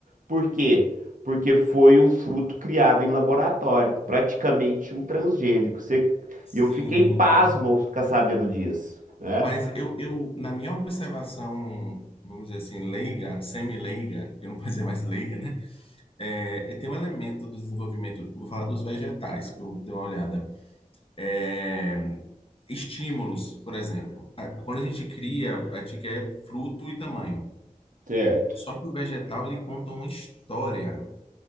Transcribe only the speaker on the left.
sim.
Mas eu, eu, na minha observação, vamos dizer assim, leiga, semi-leiga, que não pode dizer mais leiga, né? É, e tem um elemento do desenvolvimento, vou falar dos vegetais, que eu dei uma olhada. É, estímulos, por exemplo. A- Quando a gente cria, a gente quer fruto e tamanho.
Só que o vegetal, ele conta uma história.